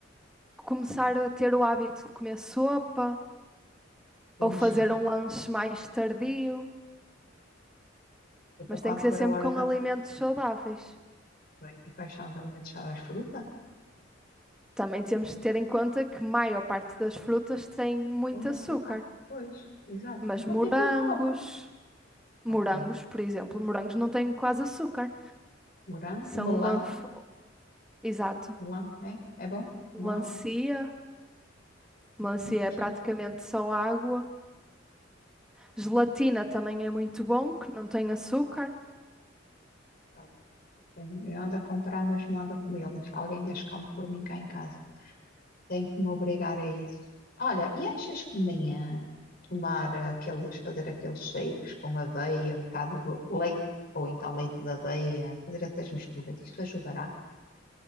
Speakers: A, in the centre; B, on the left.
A: começar a ter o hábito de comer sopa
B: como
A: ou fazer
B: sempre.
A: um lanche mais tardio,
B: E para
A: mas tem
B: quando
A: que ser
B: for
A: sempre
B: a hora
A: com
B: da
A: alimentos saudáveis.
B: Bem, e quais são os alimentos saudáveis? Fruta?
A: Também temos de ter em conta que maior parte das frutas tem muito
B: Tem açúcar.
A: açúcar,
B: Pois, exato.
A: mas
B: Então
A: morangos,
B: o que é que eu como?
A: morangos,
B: Ok.
A: por exemplo, morangos não têm quase açúcar.
B: Morango,
A: São
B: melão.
A: uma, f- exato,
B: Melão, é? É bom?
A: melancia,
B: Melão? Eu
A: melancia
B: Não gosto
A: é praticamente
B: muito.
A: só água. Gelatina também é muito bom, que não tem açúcar.
B: Ai, tenho- Eu ando a comprar, mas não ando a comê-las. Alguém as come por mim cá em casa. Tenho que me obrigar a isso. Olha, e achas que de manhã tomar aqueles, fazer aqueles shakes com aveia, um bocado de leite, ou então leite de aveia, fazer essas misturas, isso ajudará?